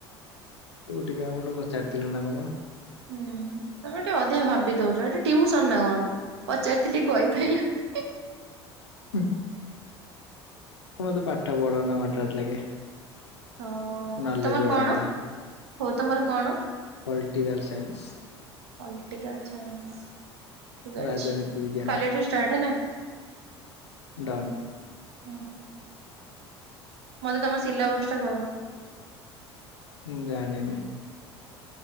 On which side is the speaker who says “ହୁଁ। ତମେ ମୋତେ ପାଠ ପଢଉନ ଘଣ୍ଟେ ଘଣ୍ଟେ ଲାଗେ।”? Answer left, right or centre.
Left